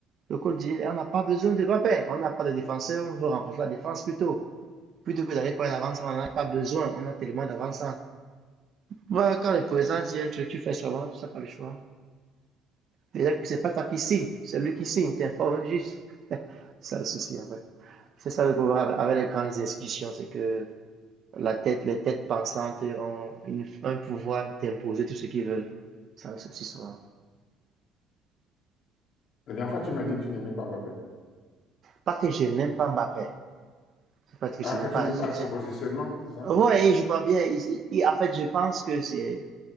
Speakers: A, on the right; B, on the left.
A: Le coach dit, on n'a pas besoin de Mbappé, on n'a pas de défenseur, on veut renforcer la défense plutôt. Plutôt que d'aller pour une avance, on n'en a pas besoin, on a tellement d'avance. Ouais, quand le président dit un truc, tu fais seulement, ça pas le choix. Déjà que c'est pas toi qui signe, c'est lui qui signe, t'informes juste. C'est ça le souci, en fait. C'est ça le problème avec avec les grandes institutions, c'est que La tête, les têtes pensantes ont une- un pouvoir d'imposer tout ce qu'ils veulent. Ça, c'est aussi souvent.
B: La dernière fois, tu m'as dit que tu n'aimais pas Mbappé.
A: Pas que je n'aime pas Mbappé. C'est pas que
B: Ah,
A: je n'aime
B: que tu
A: pas.
B: n'aimes
A: Je-
B: pas son
A: je-
B: positionnement, c'est ça?
A: Ouais, il joue bien. Il- il- il- en fait, je pense que c'est.